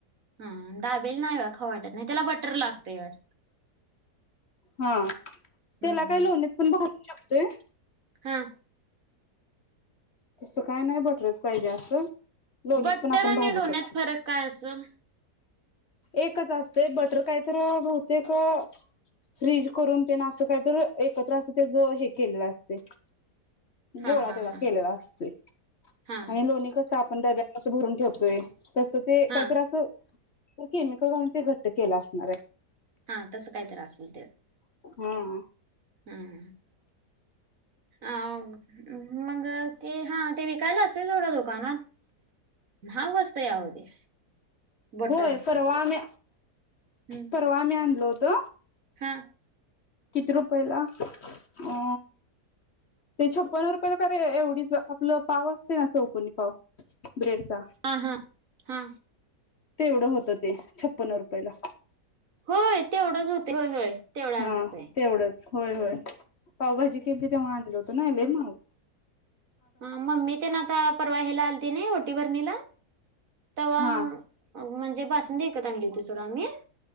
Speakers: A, on the right; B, on the left.
A: हा दाबेली नाही बा खाऊ वाटत नाही त्याला बटर लागतय वाटत
B: हम्म त्याला
A: हम्म
B: काय लोणी पण शकतोय
A: हा
B: तसं काय नाही बटरच पाहिजे असं लोणीत
A: बट्टर
B: पण आपण
A: आणि
B: भाजू
A: लोण्यात
B: शकतो
A: फरक काय असेल
B: एकच असते बटर काहीतर बहुतेक फ्रीज करून ते ना असं काहीत एकत्र असं त्याच हे केलेलं असते
A: हा
B: गोळा
A: हा
B: त्याचा
A: हा
B: केलेला असतोय
A: हा
B: <inaudible> आणि लोणी कस आपण त्याच्यात कसं भरून ठेवतोय तसं ते काहीतर
A: हा
B: असं केमिकल घालून ते घट्ट केला असणार आहे
A: हा तस कायतर असल
B: आहे हा
A: हम्म आ हो मग ते हा ते विकायला असते थोडं दुकानात महाग बसतया हो ते बटर
B: होय परवा आम्ही
A: हम्म
B: परवा आम्ही आणलो होतो. तर
A: हा
B: किती रुपयला अ ते छप्पन्न रुपयाला का एवढीच आपलं पाव असते ना चौकनी पाव ब्रेडचा
A: हा हा हा
B: तेवढं होतं ते छप्पन्न रुपयेला
A: होय तेवढंच होत होय होय तेवढा
B: हा
A: असतय
B: तेवढंच होय होय पावभाजी केलती तेव्हा. तसं नाही आलेत मउ
A: ह मम्मी तेन आता परवा हेला आलती नाही ओटी भरणीला तव्हा
B: हा
A: म्हणजे बासुंदी विकत आणली होती सोड आम्ही